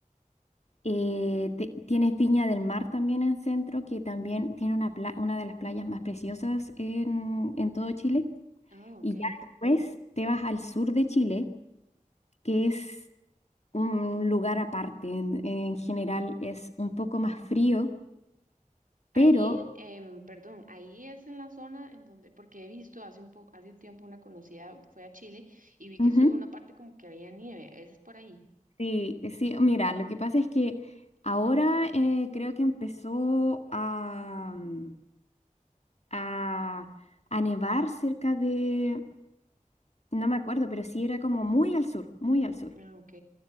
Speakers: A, on the left; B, on the right.
A: Eh, te- tienes Viña del Mar también en centro, que también tiene una, pla- una de las playas más preciosas en, en todo Chile.
B: Ah, ok.
A: Y ya después te vas al sur de Chile, que es un lugar aparte. En, en general es un poco más frío,
B: Ahí,
A: pero
B: em, perdón, ahí es en la zona en donde, porque he visto hace un poco, hace un tiempo una conocida fue a Chile y vi que
A: ujú,
B: estuvo una parte como que había nieve, esa es por ahí.
A: sí, sí, mira, lo que pasa es que ahora eh, creo que empezó a, mm, a, a nevar cerca de, no me acuerdo, pero sí era como muy al sur, muy al sur.
B: Ah, ok.